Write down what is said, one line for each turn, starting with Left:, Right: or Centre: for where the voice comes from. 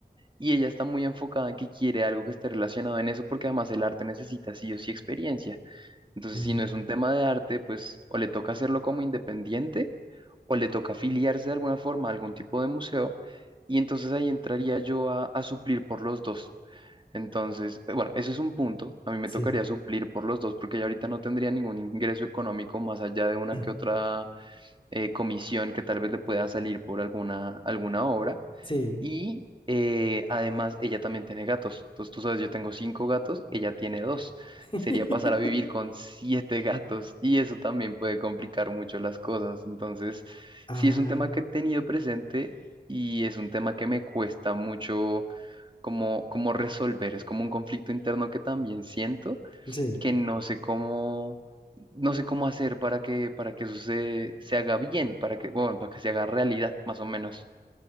Right: y ella está muy enfocada en que quiere algo que esté relacionado en eso porque además el arte necesita sí o sí experiencia. Entonces,
Left: Mm,
Right: si no es un tema de arte, pues o le toca hacerlo como independiente o le toca afiliarse de alguna forma a algún tipo de museo y entonces ahí entraría yo a a suplir por los dos. Entonces, eh, bueno, ese es un punto. A mí me
Left: sí,
Right: tocaría suplir por los dos porque ya ahorita no tendría ningún ingreso económico más allá de
Left: <clears throat>
Right: una que otra eh, comisión que tal vez le pueda salir por alguna, alguna obra.
Left: sí.
Right: Y eh, además ella también tiene gatos. Entonces tú sabes, yo tengo cinco gatos, ella tiene dos.
Left: <laughs>
Right: Sería pasar a vivir con siete gatos y eso también puede complicar mucho las cosas. Entonces,
Left: Ah,
Right: sí es un tema que he tenido presente y es un tema que me cuesta mucho como, como resolver. Es como un conflicto interno que también siento
Left: sí.
Right: que no sé cómo... No sé cómo hacer para que, para que eso se, se haga bien, para que, bueno, para que se haga realidad, más o menos.